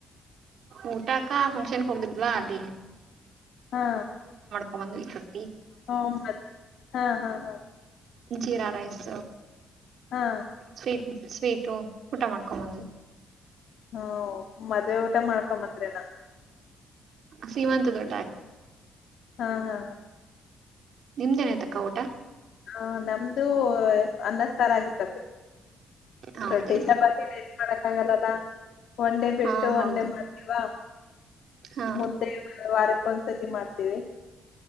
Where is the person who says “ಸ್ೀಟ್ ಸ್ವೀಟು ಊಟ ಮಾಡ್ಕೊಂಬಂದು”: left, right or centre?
Right